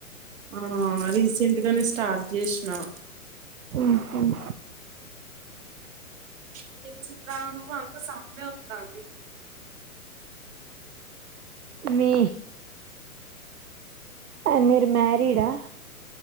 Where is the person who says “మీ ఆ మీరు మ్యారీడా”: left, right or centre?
Right